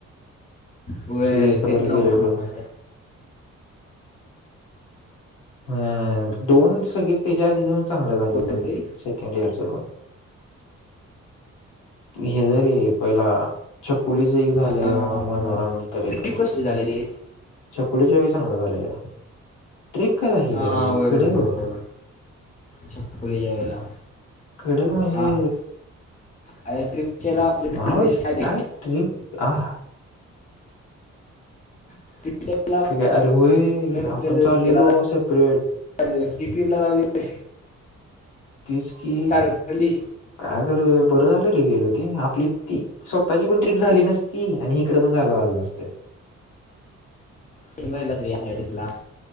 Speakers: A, on the left; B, on the left.
A: व्हय,
B: सगळे एकत्र
A: तिनं न्हव
B: गेलेलो
A: का मा
B: हम्, दोन सगळेच त्याच्या आधी जेंव्हा चांगलं झालेलं
A: कोणतरी
B: तरी, सेकंड इयरच कॉलेज, पण हे जरी पहिला च पोरीच एक झालं
A: हा हा हा
B: मनोरम
A: हा
B: तर
A: ट्रिप
B: एकत्र
A: कसली झालेली
B: चकुलीच्या वेळी चांगलं झालेलं. ट्रीप काय झाली
A: हा
B: खरं
A: हा
B: ती
A: होय
B: कडक,
A: होय बरोबर छकुलीच्या वेळेला
B: कडक म्हणजे
A: हा हा अरे ट्रिपच्या वेळेला आपलं ठरलेलं
B: महाबळेश्वर
A: शादे
B: काय ट्रीप आहा
A: ट्रिपच्या वेळेला
B: तर काय, अरे होय,
A: आपलं
B: आपण
A: ठरलेलं
B: चाललेलो
A: गेला
B: सेपरेट
A: जायचं ती ट्रिपला जाऊ दे
B: तीच की
A: तारकली
B: काय गरज बरं झालं रे गेलो ते, आपली ती स्वतःची पण ट्रीप झाली नसती ती आणि इकडं पण जायला झालं नसते.
A: आपल्यातला <unintelligible>